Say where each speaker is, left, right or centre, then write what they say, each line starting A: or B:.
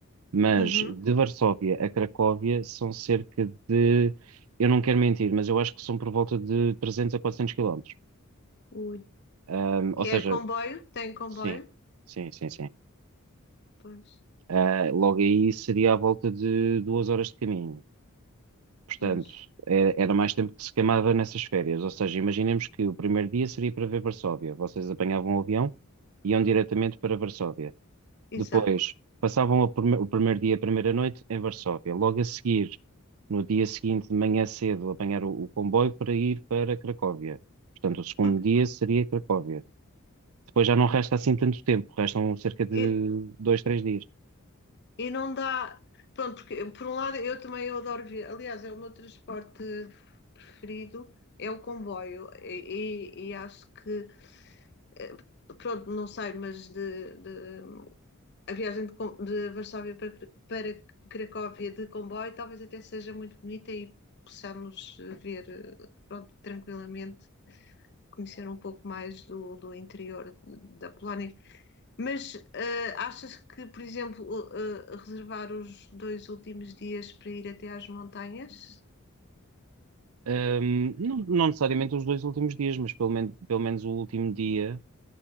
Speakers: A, on the right (about 80°); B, on the left (about 55°).
A: Mas
B: Uhum.
A: de Varsóvia a Cracóvia são cerca de, eu não quero mentir, mas eu acho que são por volta de 300 a 400 quilómetros.
B: Ui.
A: Um,
B: E
A: ou seja,
B: é comboio? Tem comboio?
A: Sim, sim, sim, sim.
B: Pois,
A: Ah, logo aí seria à volta de duas horas de caminho. Portanto,
B: pois.
A: era, era mais tempo que se queimava nessas férias. Ou seja, imaginemos que o primeiro dia seria para ver Varsóvia. Vocês apanhavam o avião e iam diretamente para Varsóvia.
B: Exato.
A: Depois, passavam o, prime- o primeiro dia, a primeira noite em Varsóvia. Logo a seguir, no dia seguinte, de manhã cedo, apanhar o, o comboio para ir para Cracóvia. Portanto, o segundo
B: Porque
A: dia seria Cracóvia. Depois já não resta assim tanto tempo, restam cerca de
B: eh,
A: dois, três dias.
B: E não dá. Pronto, porque por um lado eu também eu adoro ver. Aliás, é o meu transporte preferido, é o comboio. E, e- e acho que, eh, pronto, não sei, mas de, de- a viagem de, com- de Varsóvia para, para Cracóvia de comboio talvez até seja muito bonita e possamos eh, ver, eh, pronto, tranquilamente, conhecer um pouco mais do, do interior da Polónia. Mas eh, achas que, por exemplo, eh, reservar os dois últimos dias para ir até às montanhas?
A: Ahm, não, não necessariamente os dois últimos dias, mas pelo, men- pelo menos o último dia,